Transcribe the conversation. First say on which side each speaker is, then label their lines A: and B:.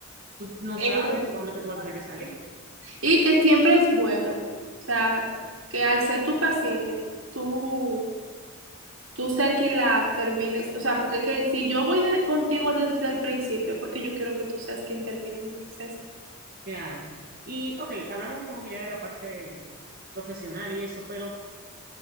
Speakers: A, on the right; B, on the right.
A: tú no
B: Eso
A: sabes
B: sí.
A: cuándo es que tú vas
B: vale.
A: a tener que salir.
B: Y que siempre es bueno, o sea,
A: Sí.
B: que al ser tu paciente, tú, tú ser quien la termines, o sea, porque que si yo voy de- contigo desde el principio, porque yo quiero que tú seas quien termine mi proceso.
A: Claro. Y, ok, hablamos como que ya de la parte profesional y eso, pero